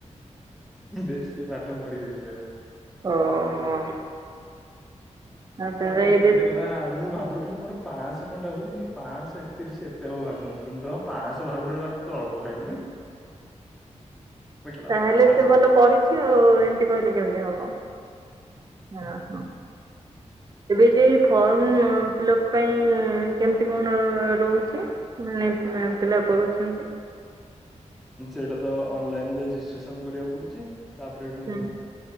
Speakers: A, in the centre; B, on the right (about 30°).
A: ବେଶୀ ପାଠ ପଢି ଦେଇଥିଲେ।
B: ଓହୋ ଆଉ ତାହେଲେ
A: ତାକୁ ପଚାରିଲେ
B: ଏବେ
A: ଗଲା ମୁଁ ଭାବୁଥିଲି ମୋର ପାଶହ ଖଣ୍ଡେ ହଉଛି କିନ୍ତୁ ପାଞ୍ଚଶହ ଏକତିରିଶ ଏତେ ହବ ଭାବିନଥିଲି ମୁଁ କଣ ପାଞ୍ଚଶହ ଭାବିଲୁଣି କ ତୁ ଅଳ୍ପ ଭାବିଲୁଣି। କହିଲା
B: ତାହେଲେ
A: ପାଁଶହ
B: ସେ ଭଲ ପଢିଛି ଆଉ ଏମିତି କହିଲେ କେମିତି ହବ ହ ହୋ। ଏବେ ଯ ଫର୍ମ ଫଅପ ପାଇଁ କେମିତି କଣ ରହୁଛି ମାନେ ପିଲା କରୁଛନ୍ତି।
A: ସେଇଟା ତ ଅନଲାଇନରେ ରେଜିଷ୍ଟ୍ରେସନ କରିବାକୁ ପଡୁଛି। ତାପରେ ଏଠୁ
B: ହୁଁ ହଁ।